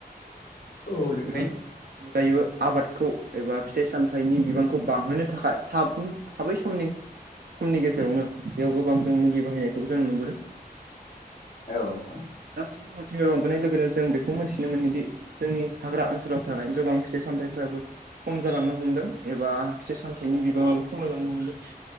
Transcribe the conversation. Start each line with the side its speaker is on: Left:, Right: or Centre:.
Left: औ नोंथां
Right: बेनि अनगायैबो आबादखौ एबा फिथाइ सामथाइनि बिबांखौ बांहोनो थाखाय थाब थाबै समनि खमनि गेजेरावनो बेयाव गोबां जों मुलि बाहायनायखौ जों नुबोदों
Left: औ नोंथां
Right: दा सुबुं मिथिम बांबोनाय लोगो लोगो जों बेखौ मिथिनो मोनोदि जोंनि हाग्रा ओनसोलाव थानाय गोबां फि फिथाइ सामथाइफोराबो खम जालांनो हमदों एबा फिथाइ सामथाइनि बिबाङाबो खमायलांनो हमदों।